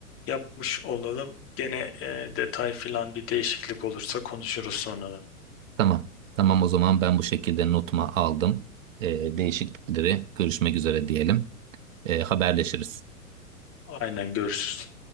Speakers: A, on the left; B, on the right.
A: yapmış olalım. Gene e, detay filan bir değişiklik olursa konuşuruz sonradan.
B: Tamam. Tamam o zaman ben bu şekilde notuma aldım. Ee, değişiklikleri görüşmek üzere diyelim. Ee, haberleşiriz.
A: Aynen görüşürüz.